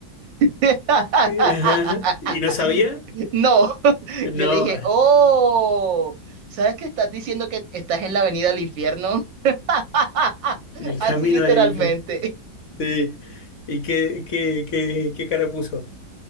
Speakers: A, on the right (about 80°); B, on the left (about 65°).
A: <laughs>
B: eh, ajá, ¿Y no sabía?
A: No, yo
B: No,
A: le dije, oh, ¿sabes que estás diciendo que estás en la avenida del infierno? <laughs>
B: el
A: Así
B: camino
A: literalmente.
B: al infierno. Sí. ¿Y qué, qué, qué, qué cara puso?